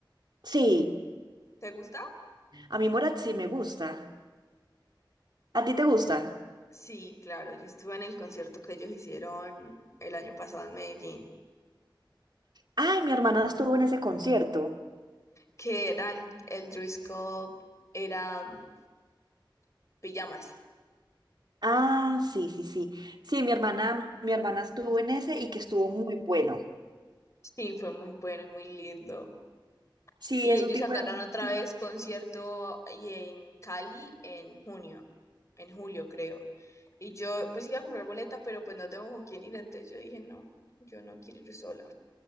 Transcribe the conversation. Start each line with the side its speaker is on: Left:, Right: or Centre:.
Right: Sí,
Left: ¿Te gusta?
Right: a mí Morat sí me gusta. ¿A ti te gusta?
Left: Sí, claro, yo estuve en el concierto que ellos hicieron el año pasado en Medellín,
Right: Ay, mi hermana estuvo en ese concierto.
Left: que era el, el Drew Scott, era mm, Pijamas.
Right: Ah, sí, sí, sí. Sí, mi hermana, mi hermana estuvo en ese y que estuvo muy bueno.
Left: Sí, fue muy bueno y muy lindo.
Right: Sí,
Left: Y
Right: es
Left: ellos
Right: un tipo
Left: sacaron
Right: de música.
Left: otra vez concierto y en Cali en junio, en julio creo. Y yo pues iba a comprar boleta, pero pues no tengo con quién ir, entonces yo dije, no, yo no quiero ir sola.